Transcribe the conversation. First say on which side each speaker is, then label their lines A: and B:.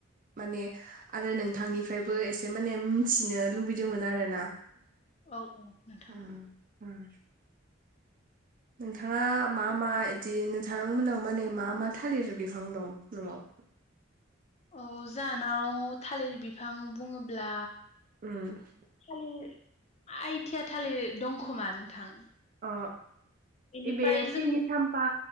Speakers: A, on the right (about 45°); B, on the left (about 35°).
A: माने आरो नोंथांनिफ्रायबो एसे माने मिथिनो लुबैदोंमोन आरोना?
B: औ औ नोंथां।
A: उम उम नोंथाङा मा-मा इदि नोंथांमोनाव माने मा-मा थालिर बिफां दं न'आव?
B: औ जानाव थालिर बिफां बुङोब्ला
A: उम
B: थालि आइथिया थालिर दंखोमा नोंथां
A: अ
B: इनिफ्राय
A: इ बे सिनि
B: जोंनि
A: साम्फा